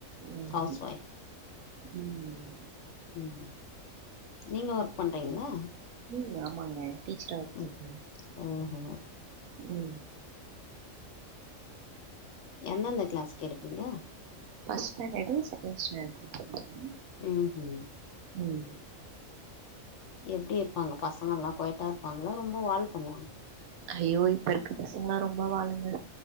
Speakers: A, on the right; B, on the left.
A: ம்
B: ஹவுஸ் ஒய்ஃப்
A: ம்
B: ம் நீங்க ஒர்க் பண்றீங்களா
A: ம் ஆமாங்க டீச்சரா ஒர்க்
B: ம்
A: பண்றே
B: ஓஹோ
A: ம்
B: எந்தெந்த கிளாஸ்கு எடுப்பீங்க
A: ஃபர்ஸ்ட் ஸ்டாண்டர்ட் செகண்ட் ஸ்டாண்டர்ட்க்கு எடுப்பேங்க
B: ம் ஹூ
A: ம்
B: எப்டி இருப்பாங்க பசங்க எல்லா கோயட்டா இருப்பாங்களா ரொம்ப வால் பண்ணுவாங்க
A: ஐயோ இப்ப இருக்க பசங்கலா ரொம்ப வாலுங்க